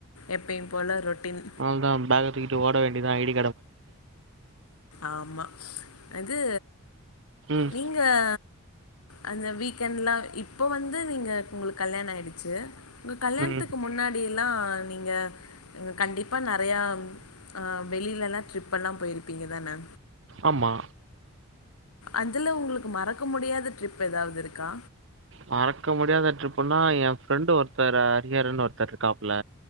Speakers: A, on the left; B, on the right.
A: எப்பயு போல ரொட்டின்
B: அவ்ளோதா பேக்க தூக்கிட்டு ஓட வேண்டிதா ஐடி
A: ஆமா அது
B: ம்
A: நீங் ஆ அந்த வீக்கெண்ட்லா இப்போ வந்து நீங்க உங்களுக்கு கல்யாணம் ஆயிடுச்சு உங்க கல்யாணத்துக்கு
B: ம்
A: முன்னாடியெல்லா நீங்க கண்டிப்பாக நெறையா ஆ வெளில்லலா ட்ரிப்பெல்லா போயிருப்பீங்க தாண
B: ஆமா
A: அதுல உங்களுக்கு மறக்க முடியாத ட்ரிப் ஏதாவது இருக்கா
B: மறக்க முடியாத ட்ரிப்புன்னா ஏ ஃப்ரெண்டு ஒருத்தர் அரியருன்னு ஒருத்தர் இருக்காப்புல